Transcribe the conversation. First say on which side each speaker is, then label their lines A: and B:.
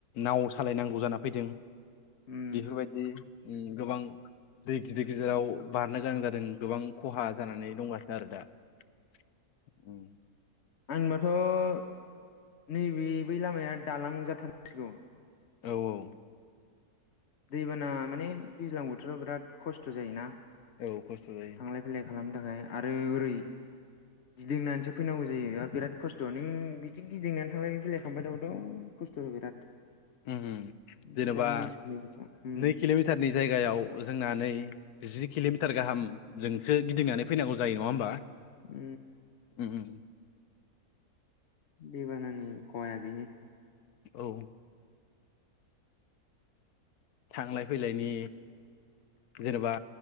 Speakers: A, on the left; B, on the left.
A: नाव सालायनांगौ जाना फैदों।
B: उम
A: बेफोर बायदि गोबां दै गिदिर गिदिराव बारनो गोनां जादों। जों गोबां खहा जानानै दंगासिनो आरो दा उम।
B: आंनिबाथ' नै बे बै लामाया दालां जाथारनांसिगौ।
A: औ औ।
B: दैबाना माने दैज्लां बोथोराव बिराद खस्थ' जायोना।
A: औ खस्थ' जायो।
B: थांलाय फैलाय खालामनो थाखाय आरो ओरै गिदिंनानैसो फैनांगौ जायो आरो बिराद खस्थ' नों बिदि गिदिंनानै थांलाय फैलायखांबाय थाबाथ' खस्थ'बो बिराद।
A: उम उम
B: ओंखायनो
A: जेनेबा
B: दालांनांसिगौ बिथिङाव उम
A: नै किल'मिटारनि जायगायाव जोंना नै जि किल'मिटार गाहामजोंसो गिदिंनानै फैनांगौ जायो नङा होमबा।
B: उ
A: उम उम
B: दैबानानि खहाया बेनो।
A: औ। थांलाय फैलायनि जेनेबा